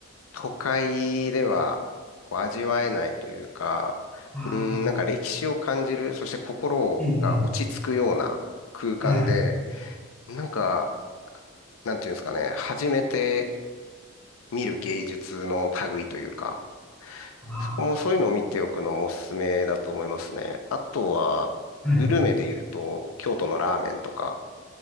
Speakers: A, on the left; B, in the centre.
A: 都会では、こう、味わえないというか、
B: ああ、
A: うん、なんか歴史を感じる、そして心が落ち着くような空間で、
B: ええ、ええはい。
A: なんか、なんていうんですかね、初めて見る芸術の類というか、
B: あ
A: そこもそういうのを見ておくのもおすすめだと思いますね。あとは、
B: あ、はい。
A: グルメで言うと、京都のラーメンとか、